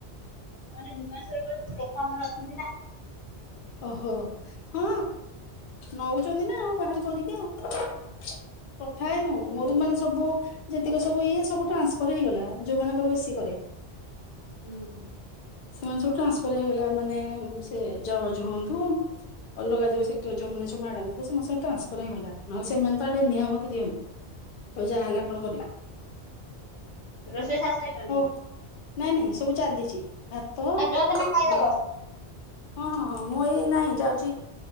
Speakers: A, on the left; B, on the left.
A: ମାନେ ଭୁବନେଶ୍ୱର ବି ଲୋକ ଆମର ଅଛନ୍ତି ନା।
B: ଓହୋ ହଁ ନଉଚନ୍ତି ନା ଆଉ ବାହାରୁ କରିକି ଆଉ। କଥା ହେଇନୁ ମୋର ବି ମାନେ ସବୁ ଯେତିକ ସବୁ ଇଏ ସବୁ ଟ୍ରାନ୍ସଫର ହେଇଗଲା ଯୋଉ ମାନଙ୍କର ବେଶୀ କରେ।
A: ହୁଁ ହୁଁ
B: ସେମାନେ ସବୁ ଟ୍ରାନ୍ସଫର୍ ହେଇଗଲା ମାନେ ସେ ଜର୍ଜ ହୁଅନ୍ତୁ। ଅଲଗା ଯୋଉ ସେକ୍ଟର ଯୋଉମାନେ ସବୁ ମ୍ୟାଡମ୍ ଥିଲେ ସମସ୍ତେ ଟ୍ରାନ୍ସଫର ହେଇଗଲା ନହଲେ ସେମାନେ ତେ ନିଅମିତ ଦିଅନ୍ତି। କହେ ଯାହା ହେଲା ଆପଣ କରିବେ।
A: ରୋଷେଇ ସାର୍ ସାଇଲଣି
B: ହଉ ନାଇଁ ନାଇଁ ସବୁ ଚାଲିଛି ଭାତ
A: ଆଉ ଯା ତମେ
B: ହଁ
A: ଖାଇଦବ
B: ହଁ ହଁ ମୁଁ ଏଇ ନାଇଁ ଯାଉଛି